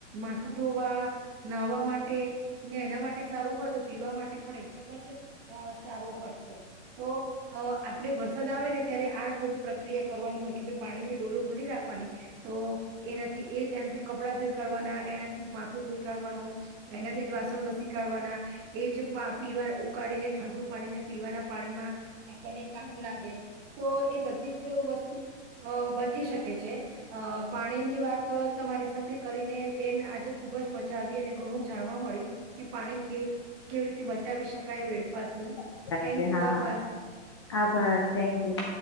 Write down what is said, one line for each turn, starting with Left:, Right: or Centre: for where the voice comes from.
Right: માથું ધોવા, નાહવા માટે ને એના માટે સારું હોય. તો પીવા માટે પણ એકદમ જ સારું હોય છે. તો અ આપડે વરસાદ આવે ને ત્યારે આજ બધી પ્રક્રિયા કરવાની હોય. કે ભાઈ પાણીની ડોલો ભરી રાખવાની. તો એનાથી એ જ એનાથી કપડાં ધોઈ કાઢવાના, એનાથી જ માથું ધોઈ કાઢવાનું, એનાથી જ વાસણ ઘસી કાઢવાના, એ જ પીવા ઉકાળીને ઠંડુ પાણીને પીવાના પાણીમાં આપણને કામ લાગે. તો એ બધી જ વસ્તુ અ બચી શકે છે. અ પાણીની વાત તમારી સાથે કરીને બેન આજે ખુબ જ મજા આવી. અને ઘણું જાણવા મળ્યું, કે પાણી કે કેવી રીતે બચાવી શકાય વેડફાથી
Left: <unintelligible>
Right: થેન્ક
Left: હા
Right: યુ
Left: હા,
Right: આભાર
Left: આાભાર થેન્ક યુ.